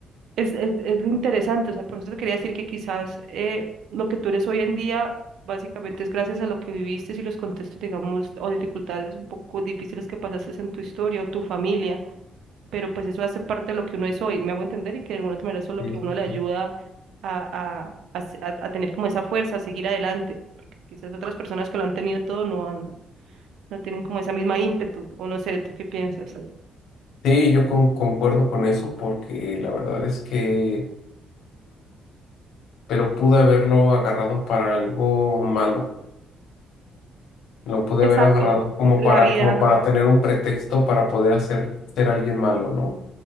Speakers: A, on the right (about 75°); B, on the left (about 80°).
A: es, es, es lo interesante, o sea, por eso te quería decir que quizás eh, lo que tú eres hoy en día... Básicamente es gracias a lo que viviste y los contextos, digamos, o dificultades un poco difíciles que pasaste en tu historia o tu familia pero pues eso hace parte de lo que uno es hoy, me hago entender y que de alguna otra manera eso es lo
B: Sí,
A: que uno
B: sí,
A: le ayuda
B: sí.
A: a, a, a, se- a- a tener como esa fuerza, a seguir adelante, porque quizás otras personas que lo han tenido todo no han, no tienen como esa misma ímpetu, o no sé, ¿tú qué piensas?
B: Sí, yo con- concuerdo con eso porque la verdad es que pero pude haberlo agarrado para algo malo. Lo pude
A: Exacto,
B: haber agarrado como
A: la
B: para,
A: vida.
B: como para tener un pretexto para poder hacer ser alguien malo, ¿no?